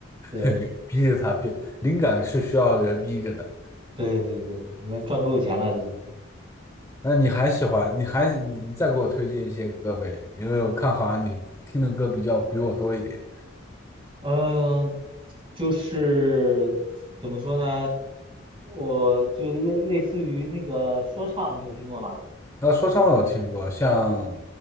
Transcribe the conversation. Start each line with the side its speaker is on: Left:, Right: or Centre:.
Right: 对
Left: 有逼着他变，灵感是需要人逼着的。
Right: 对对对，你看赚够钱了之前。
Left: 那你还喜欢？你还你你再给我推荐一些歌呗，因为我看好像你听的歌比较比我多一点。
Right: 嗯，就是怎么说呢，我就类类似于那个说唱，你有听过吗？
Left: 呃，说唱我有听过，像